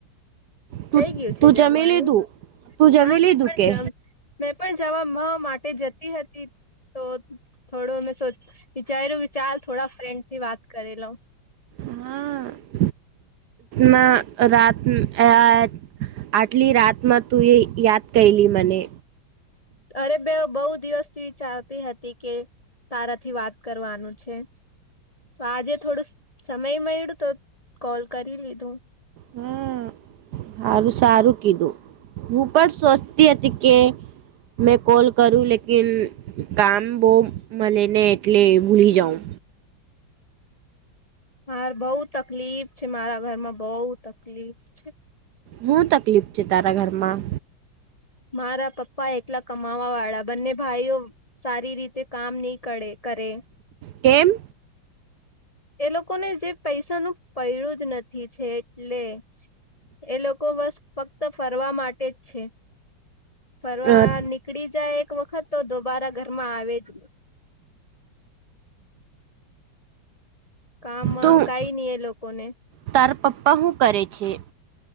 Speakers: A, on the right; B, on the left.
A: તું
B: થઈ ગયું છે
A: તું
B: જમવાનું
A: જમે લીધું તું જમી
B: હા
A: લીધું
B: મેં પણ
A: કે?
B: જમ મેં પણ જવામ માટે જતી હતી તો થોડું મેં વિચારું વિચાર થોડા ફ્રેન્ડથી વાત કરી લઉ.
A: હા ના રાત અયાત આટલી રાતમાં તું એ યાદ કયરી મને?
B: અરે બે બહુ દિવસથી વિચાવતી હતી કે તારાથી વાત કરવાનું છે. તો આજે થોડું સમય મળ્યું તો કોલ કરી લીધું.
A: હમ હારું સારું કીધું હું પણ સોચતી હતી કે મે કૉલ કરું લેકિન કામ બહુ મલે ને ને એટલે ભૂલી જાઉં.
B: મારે બઉ તકલીફ છે મારા ઘરમાં બઉ તકલીફ છે.
A: હું તકલીફ છે તારા ઘરમાં?
B: મારા પપ્પા એકલા કમાવાવાળા બંને ભાઈઓ સારી રીતે કામ નહી કળે કરે.
A: એમ?
B: એ લોકો ને જે પૈસા ન પડ્યું જ નથી છે એટલે એ લોકો બસ ફક્ત ફરવા માટે જ છે <unintelligible> ફરવાની
A: અ
B: નીકળી જાય એક વખત તો દોબારા ઘરમાં આવે જ કામ
A: તું
B: આમ કઈ નહી એ લોકોને
A: તાર પપ્પા હું કરે છે?